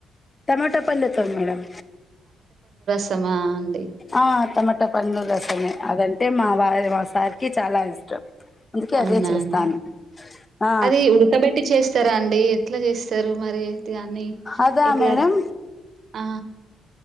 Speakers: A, on the left; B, on the right.
A: టమాటా పల్లెతోని మేడం
B: సమా ఉంది.
A: ఆ టమాటా పండ్లు రసము, అదంటే మా వారి మా సార్కి చాలా ఇష్టం. అందుకే
B: అవునా
A: అదే చేస్తాను
B: అండి
A: ఆ
B: అది ఉడకబెట్టి చేస్తరా అండి? ఎట్లా చేస్తరు మరి దాన్ని
A: అదా
B: ఎట్లా
A: మేడం
B: అంట ఆ